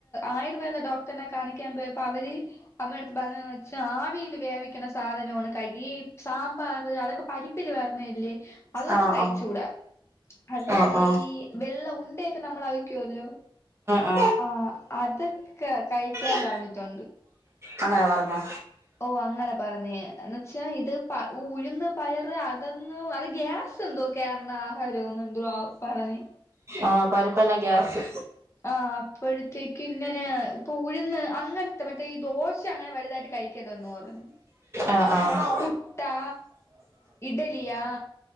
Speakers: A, on the left (about 30°); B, on the right (about 30°).
A: ആയുർവേദ ഡോക്ടറിനെ കാണിക്കാൻ പോയപ്പോ അവര് അമ്മ അടുത്ത് പറഞ്ഞെന്ന് വെച്ചാ ആവില് വേവിക്കണ സാധനാണ് കൈ സാമ്പാർ അതൊക്കെ പരിപ്പ് പ്പ് പറഞ്ഞല്ലേ അതൊന്നും
B: ഓ
A: കഴിച്ചൂടാ അല്ലാതെ
B: ഓ ഓ
A: ഈ വെള്ള ഉണ്ടയൊക്കെ നമ്മള് അവിക്കുവല്ലോ
B: ഓ
A: ആഹ അതൊക്കെ കഴിക്കാൻ
B: ഓ
A: പറഞ്ഞിട്ടുണ്ട്
B: അങ്ങനെ പറഞ്ഞോ
A: ഓ അങ്ങനെ പറഞ്ഞ് എന്ന് വച്ചാ ഇത് ഉഴന്ന് പയറ് അതെന്ന് അത് ഗ്യാസ് ഇത് എന്തോ കേറണ ആഹാരോന്ന് ദ്രേ എന്തോ പറഞ്ഞ്
B: ആഹ പരിപ്പ ല്ല ഗ്യാസ്
A: ആഹ അപ്പോഴത്തേക്കും ഇങ്ങനെ ഇപ്പം ഉഴുന്ന് അങ്ങനെ മറ്റേ ഈ ദോശ അങ്ങനെ വലുതായിട്ട് കഴിക്കരുത്തെന്ന് പറഞ്ഞു
B: ആഹ ആഹ
A: പുട്ടാ ഇഡിലിയാ